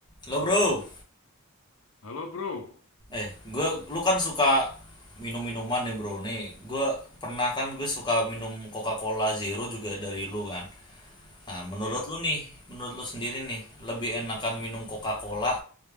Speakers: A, on the left; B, on the left.
A: Lo bro,
B: Halo bro,
A: eh gua lu kan suka minum minuman nih bro nih. Gua pernah kan gue suka minum Coca-Cola Zero juga dari lu kan. Nah menurut
B: ya
A: lu nih, menurut lu sendiri nih, lebih enakan minum Coca-Cola